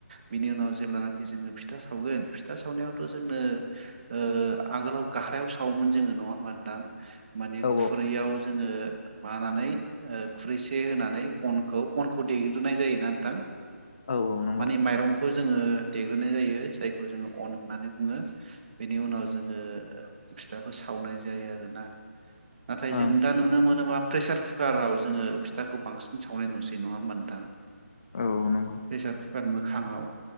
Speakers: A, on the right; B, on the left.
A: बिनि उनाव जेब्लानाखि जोङो फिथा सावगोन फिथा सावनायावथ' जोंनो ओ आगोलाव घाहारायाव सावोमोन जोङो नङा होमबा नोंथां माने
B: औ
A: खुरैयाव जोङो मानानै ओ खुरैसे होनानै अनखौ अनखौ देग्रोनाय जायोना नोंथां
B: औ औ नंगौ
A: मानि माइरंखौ खौ जोङो देग्रोनाय जायो जायखौ जोङो अन होननानै बुङो बेनि उनाव जोङो फिथाखौ सावनाय जायो आरोना नाथाय
B: ओं
A: जों दा नुनो मोनोमा प्रेसार कुकाराव जोङो फिथाखौ बांसिन सावनाय नुसै नङा होमबा नोंथां
B: औ औ नंगौ
A: प्रेसार पार मोखाङाव